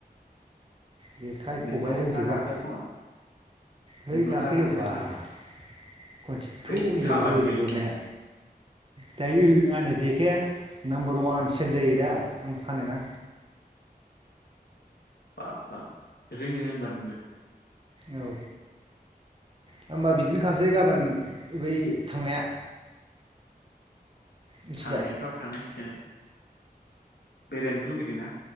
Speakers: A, on the right; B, on the left.
A: जेखाइ
B: नोंनाव
A: खबाइ रोंजोबो
B: ना गाखोआ
A: आं।
B: खोमा
A: है
B: नोंनाव
A: गाखोयो
B: ना गाखोनाय
A: बाब।
B: नङालै
A: खनसे
B: है
A: थु होन्दो
B: खामानि
A: होदो
B: गैया
A: गुरनाया।
B: नोंना
A: जायो आंना जेखाइआ नाम्बार वान सेल जायो दा, आं फानोना।
B: बाब बाब। रोङो होनबा नोंबो?
A: औ, होमबा बिदिनो खालामसै गाबोन बै थांनाया। मिथिबाय
B: थांनायाथ' थांनांसिगोन। बेरायनोबो लुबैदों ना।